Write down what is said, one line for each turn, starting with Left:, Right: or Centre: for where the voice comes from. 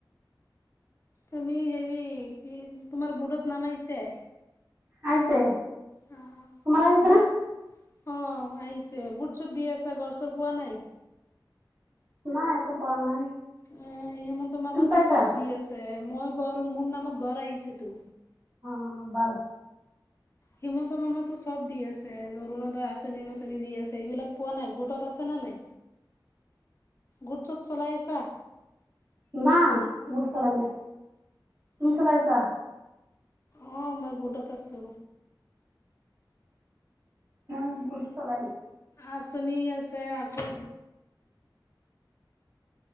Left: তুমি হেৰি কি তোমাৰ বুৰ্ডত নাম আহিছে?
Right: আহিছে
Left: অ',
Right: তোমাৰ আহিছেনে?
Left: বুট অ আহিছে ভোট চুট দি আছা ঘৰ চৰ পোৱা নাই?
Right: নাই একো পোৱা নাই
Left: এ হিমন্ত মামাতো
Right: তুমি পাইছা?
Left: চব দি আছে মই ঘৰ মোৰ নামত ঘৰ আহিছে তো।
Right: অ ভাল।
Left: হিমন্ত মামাটো চব দি আছে অৰুণোদয় আচনি নাচনি দি আছে এইবিলাক পোৱা নাই গোটত আছে ন? গোট চট চলাই আছা?
Right: ন গোট চলাই না তুমি চলাই আছা?
Left: অ মই গোটত আছো।
Right: মই গোট চলাই দিওঁ।
Left: আঁচনি আছে আকৌ